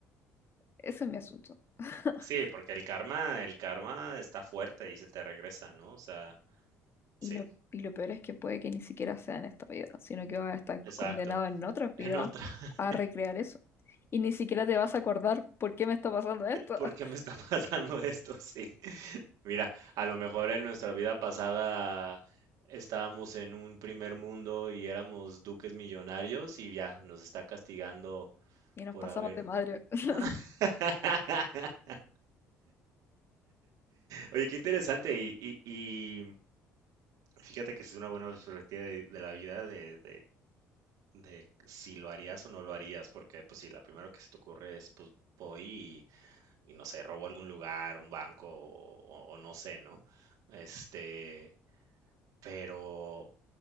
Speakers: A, on the left (about 40°); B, on the right (about 75°).
A: Ese es mi asunto. <laughs>
B: sí, porque el karma, el karma está fuerte y se te regresa, ¿no? O sea, sí,
A: Y lo, y lo peor es que puede que ni siquiera sea en esta vida, sino que vas a estar
B: exacto.
A: condenado en otras
B: En
A: vidas
B: otra, <laughs>
A: a recrear eso. Y ni siquiera te vas a acordar por qué me está pasando esto.
B: ¿por
A: <laughs>
B: qué me está <laughs> pasando esto? Sí. Mira, a lo mejor en nuestra vida pasada estábamos en un primer mundo y éramos duques millonarios y ya nos está castigando
A: Y nos
B: por
A: pasamos
B: haber.
A: de madre. <laughs>
B: <laughs> Oye, qué interesante y, y- y fíjate que es una buena perspectiva de, de la vida de, de de si lo harías o no lo harías, porque pues si la primera que se te ocurre es pues voy y, y no sé, robo algún lugar, un banco o, o no sé, ¿no? Este, pero